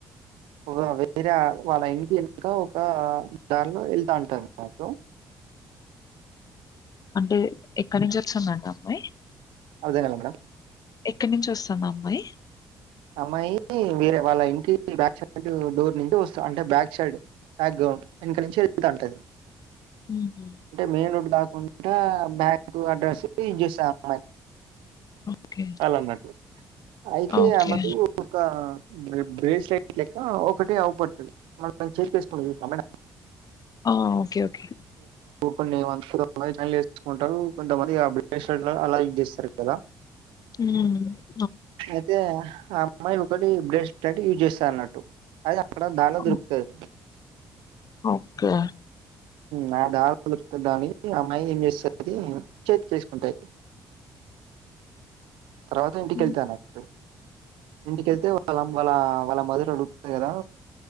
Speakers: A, on the right; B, on the left.
A: ఒక వేరే వాళ్ళ ఇంటి వెనుక ఒక దారిలో వెళ్తా ఉంటారు అమాట
B: అంటే ఎక్కడి నుంచి వస్తుందండి అమ్మాయి
A: అదే గదా మేడం
B: ఎక్కడి నుంచి వస్తాంది అమ్మాయి
A: అమ్మాయి వేరే వాళ్ళ ఇంటికి బ్యాక్ సైడ్ డోర్ నుంచి వస్త అంటే బ్యాక్ సైడ్ బ్యాక్ గ్రౌండ్ ఇ నుంచి అంట
B: హుహు.
A: అంటే మెయిన్ రోడ్ కాకుండా బ్యాక్ ఇంకో అడ్రస్ చూసా అమ్మాయి
B: ఓకే.
A: అలాన్నట్టు అయితే
B: ఓకే.
A: ఆమెకు ఒక బ్రేస్లైట్ లెక్క ఒకటి అవ్ పడుతుంది మనం చెక్ చేసుకొని చూస్తాం
B: ఆ ఓకే ఓకే
A: కొన్ని చేసుకుంటారు కొంతమంది డిప్రెషన్ అలా ఇల చేస్తారు కదా
B: హు
A: అయితే ఆ అమ్మాయి ఒకటి బ్రెస్ట్ యూజ్ చేస్తారు అన్నట్టు అదే అక్కడ దారిలో
B: హ్మ్.
A: దొరుకుతాది
B: ఓకే
A: నా దాని ఆ అమ్మాయి ఏం చేస్తుంది చేతి చేసుకుంటాయి తర్వాత ఇంటికెళ్తానట్టు
B: హ్మ్.
A: ఇంటికెళ్తే వాళ్ళ వాళ్ళ వాళ్ళం మధులో లుడుపుతాయి కదా